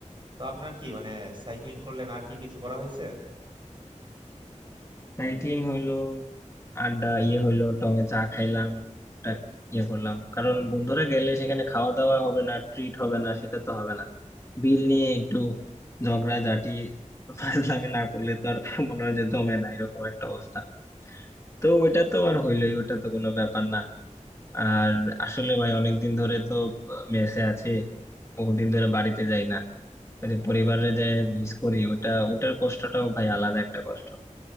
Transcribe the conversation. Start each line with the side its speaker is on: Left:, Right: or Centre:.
Right: তো আপনার কি মানে সাইক্লিং করলেন আর কি কিছু করা হয়েছে
Left: সাইক্লিং হইলো আড্ডা ইয়ে হইলো টঙে চা খাইলাম টুকটাক ইয়ে করলাম কারণ বন্ধুরা গেলে সেখানে খাওয়া দাওয়া হবে না ট্রিট হবে না সেটা তো হবে না বিল নিয়ে একটু ঝগড়া ঝাঁটি ফাজলামি না করলে তো আর মনে হয় যে জমে না এরকম একটা অবস্থা তো ওইটা তো আর হইলোই ওটা তো কোনো ব্যাপার না আর আসলে ভাই অনেকদিন ধরে তো মেসে আছে বহুদিন ধরে বাড়িতে যাই না ওই যে পরিবারে যে মিস করি ওটা ওটার কষ্টটাও ভাই আলাদা একটা কষ্ট